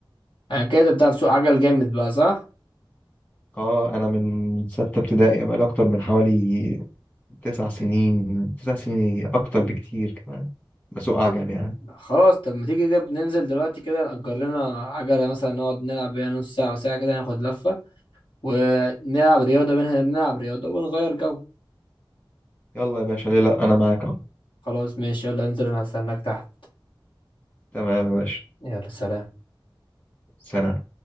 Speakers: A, on the left; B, on the left.
A: انا كده بتاع سوق عجل جامد بقى صح
B: اه انا من سته ابتدائي بقى لي اكتر من حوالي تسع سنين تسع سنين إيه، اكتر بكتير كمان بسوق عجل
A: طب
B: يعني
A: خلاص طب ما تيجي كده بننزل دلوقتي كده نأجر لنا عجلة مثلا نقعد نلعب بيها نص ساعة وساعة كده ناخد لفة ونلعب رياضة منها بنلعب رياضة ونغير جو
B: يلا يا باشا ليه لا انا معاك
A: خلاص ماشي يلا انزل انا هستناك تحت
B: تمام يا باشا
A: يلا سلام
B: سلام